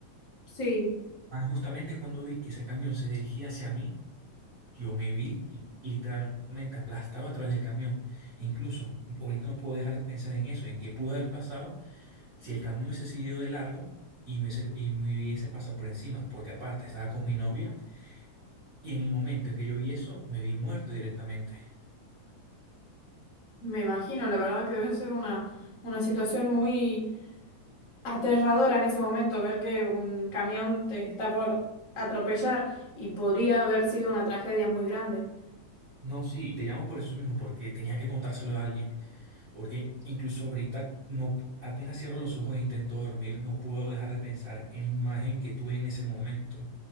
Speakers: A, on the left (about 45°); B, on the right (about 70°).
A: sí.
B: ah, justamente cuando vi que ese camión se dirigía hacia mí, yo me vi li- literalmente aplastado a través del camión. E Incluso ahorita no puedo dejar de pensar en eso, en qué pudo haber pasado si el camión hubiese seguido de largo y me hubiese, y me hubiese pasado por encima, porque aparte estaba con mi novia y en el momento en que yo vi eso, me vi muerto directamente.
A: Me imagino, la verdad que debe ser una, una situación muy aterradora en ese momento, ver que un camión te está por atropellar y podría haber sido una tragedia muy grande.
B: No, sí, te llamo por eso mismo, porque tenía que contárselo a alguien, porque incluso ahorita no, apenas cierro los ojos e intento dormir, no puedo dejar de pensar en la imagen que tuve en ese momento.